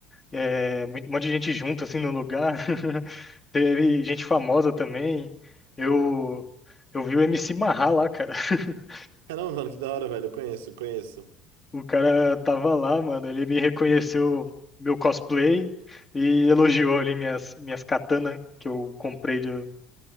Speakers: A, on the left; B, on the right.
A: é, mu- um monte de gente junto, assim, no lugar. <laughs> Teve gente famosa também. Eu, eu vi o MC Marrar lá, cara. <laughs>
B: Caramba, mano, que da hora, velho. Eu conheço, conheço.
A: O cara tava lá, mano. Ele me reconheceu meu cosplay e elogiou ali minhas, minhas katanas que eu comprei de,